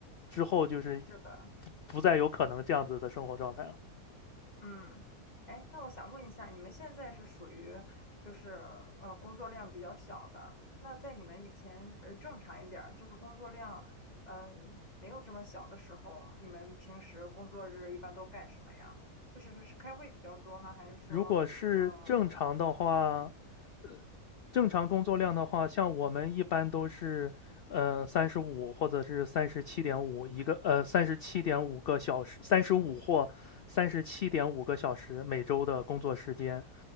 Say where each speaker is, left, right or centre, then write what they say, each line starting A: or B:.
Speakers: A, on the left; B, on the left.
A: 之后，就是
B: 是的，
A: 不不再有可能这样子的生活状态了。
B: 嗯，哎，那我想问一下，你们现在是属于就是呃工作量比较小的，那在你们以前呃正常一点儿，就是工作量呃没有这么小的时候，你们平时工作日一般都干什么呀？就是是开会比较多呢，还是说嗯、
A: 如果是正常的话，
B: 呃
A: 呃，正常工作量的话，像我们一般都是，呃三十五或者是三十七点五一个，呃三十七点五个小时三十五或三十七点五个小时每周的工作时间。